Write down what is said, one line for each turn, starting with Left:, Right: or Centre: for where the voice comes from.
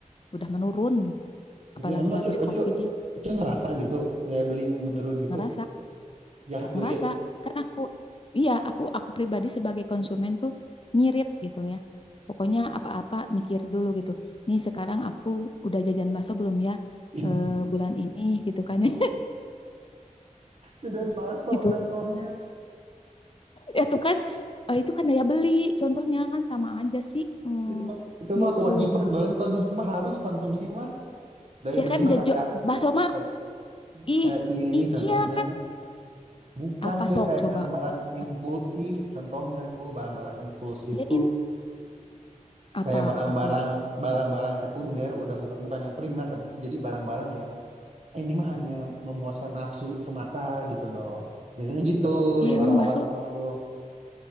Left: udah menurun. Apalagi
Right: Iya emang
Left: habis
Right: cu,
Left: COVID
Right: cu,
Left: ya
Right: cu ngerasa gitu daya beli menurun gitu
Left: ngerasa
Right: jahat duit.
Left: ngerasa kan aku iya aku aku pribadi sebagai konsumen tuh nyirit gitu ya pokoknya apa-apa mikir dulu gitu nih sekarang aku udah jajan bakso belum ya
Right: <laughs>
Left: eh, bulan ini gitu
Right: Masuk.
Left: kan ya
Right: Ya Dan masuk
Left: <laughs> gitu
Right: contohnya
Left: ya tuh kan eh, itu kan daya beli contohnya kan sama aja sih Hmm,
Right: itu mah itu
Left: gitu
Right: mah kewajiban banget konsumsi mah harus konsumsi mah daya
Left: ya
Right: beli
Left: kan
Right: mah
Left: jajo
Right: kayak
Left: bakso mah
Right: kayak
Left: ih
Right: kayak ini
Left: i-
Right: contohnya
Left: iya kan
Right: bukan
Left: apa
Right: cuy
Left: sok
Right: kayak
Left: coba
Right: barang-barang
Left: Ap-
Right: impulsif contohnya tuh barang-barang impulsif
Left: ya
Right: tuh
Left: in apa
Right: kayak barang-barang
Left: apa
Right: barang-barang sekunder udah bukan bukan yang primer tapi jadi barang-barang yang "Eh, ini mah hanya memuaskan nafsu semata gitu loh biasanya gitu
Left: ya
Right: yang
Left: emang
Right: orang-orang
Left: bakso
Right: tuh